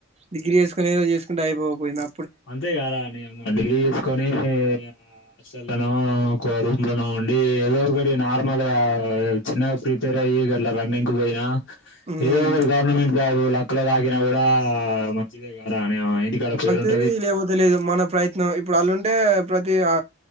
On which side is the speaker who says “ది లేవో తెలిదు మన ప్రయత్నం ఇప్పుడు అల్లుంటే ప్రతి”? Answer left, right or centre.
Right